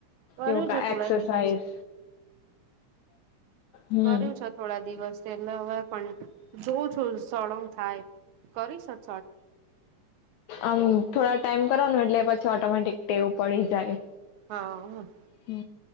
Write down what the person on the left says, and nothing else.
યોગા,
એક્સરસાઇઝ.
હમ
અમ થોડા ટાઈમ કરવાનું, એટલે પછી ઓટોમેટિક ટેવ પડી જાય.
હ,